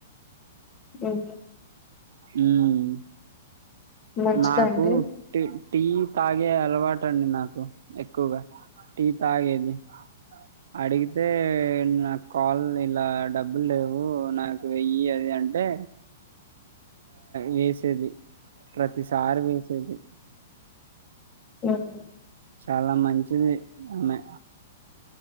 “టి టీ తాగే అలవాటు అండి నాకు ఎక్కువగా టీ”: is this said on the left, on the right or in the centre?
Right